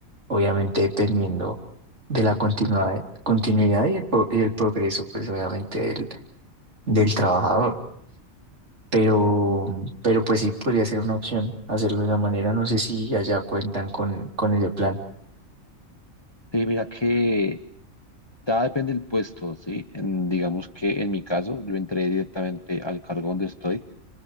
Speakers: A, on the right (about 60°); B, on the left (about 20°).
A: obviamente dependiendo de la continuidad, continuidad y el, pro- y el progreso, pues obviamente del, del trabajador. Pero, pero pues sí podría ser una opción hacerlo de esa manera. No sé si allá cuentan con, con ese plan.
B: Sí, mira que ya depende del puesto, ¿sí? En- digamos que en mi caso yo entré directamente al cargo donde estoy